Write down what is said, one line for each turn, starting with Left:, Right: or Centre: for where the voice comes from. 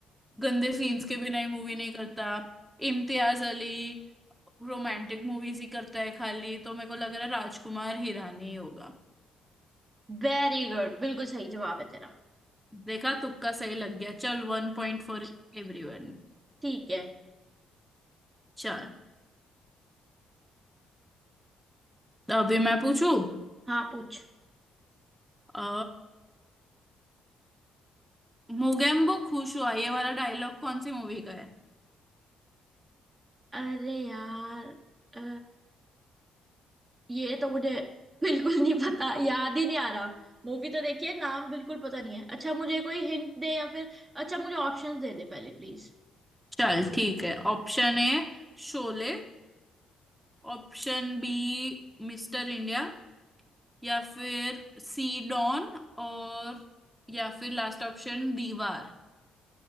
Centre: गंदे सीन्स के बिना ही मूवी नहीं करता इम्तियाज अली रोमांटिक मूवीज ही करता है खाली तो मेरे को लग रहा है राजकुमार हिरानी ही होगा
Right: Very good बिल्कुल सही जवाब है तेरा
Centre: देखा तुक्का सही लग गया चल वन पॉइंट फॉर एवरीवन
Right: ठीक है
Centre: चल तो अभी मैं पूछू
Right: हाँ पूछ
Centre: अ मोगेम्बो खुश हुआ ये वाला डायलॉग कौन सी मूवी का है
Right: अरे यार अ, ये तो मुझे <laughs> बिल्कुल नहीं पता याद ही नहीं आ रहा मूवी तो देखिए नाम बिल्कुल पता नहीं है अच्छा मुझे कोई हिंट दे या फिर अच्छा मुझे ऑप्शंस दे दे पहले प्लीज
Centre: चल ठीक है Option A Sholay option B Mister India या फिर सी डॉन और या फिर लास्ट ऑप्शन दीवार